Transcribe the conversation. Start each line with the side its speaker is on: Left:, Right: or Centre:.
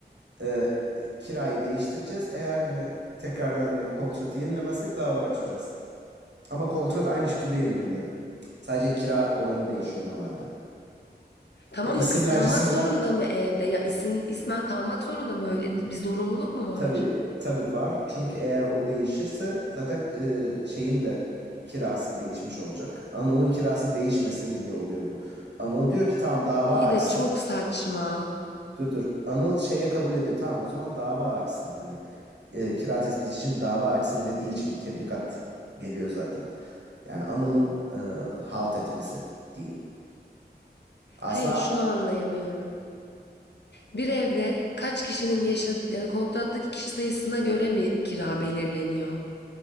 Right: e, kirayı değiştireceğiz. Eğer hani tekrardan hani kontratı yenilemezsek dava açacağız. Ama kontrat aynı şekilde yenileniyor. Sadece kira oranı değişiyor normalde.
Left: Tamam
Right: Ya isimler
Left: da kız kalmak
Right: cisimler
Left: zorunda mı evde? Ya isim ismen kalmak zorunda mı? Öyle bir zorunluluk mu var?
Right: tabii tabii var. Çünkü eğer o değişirse zaten e, şeyin de kirası değişmiş olacak. Anıl'ın kirası değişmesin diye oluyor bu. Anıl diyor ki tamam dava
Left: İyi
Right: açsın.
Left: de çok saçma.
Right: Dur dur. Anıl şeye kabul ediyor. Tamam o zaman dava açsın hani. E, kira tespiti için dava açsın dediği için bir tebligat geliyor zaten. Yani Anıl'ın e, halt etmesi diyeyim. Aslında
Left: Hayır şunu anlayamıyorum. Bir evde kaç kişinin yaşadığı yani kontrattaki kişi sayısına göre mi kira belirleniyor?